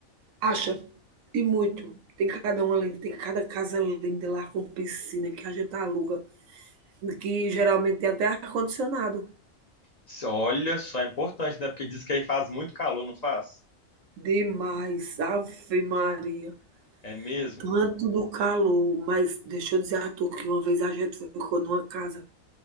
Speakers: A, on the right; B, on the left.
A: Acha, e muito. Tem cada uma linda, tem cada casa linda lá com piscina que a gente aluga, que geralmente tem até ar-condicionado.
B: Se- Olha só, é importante, né? Porque diz que aí faz muito calor, não faz?
A: Demais, Ave Maria.
B: É mesmo?
A: Tanto do calor, mas deixa eu dizer a tu que uma vez a gente ficou numa casa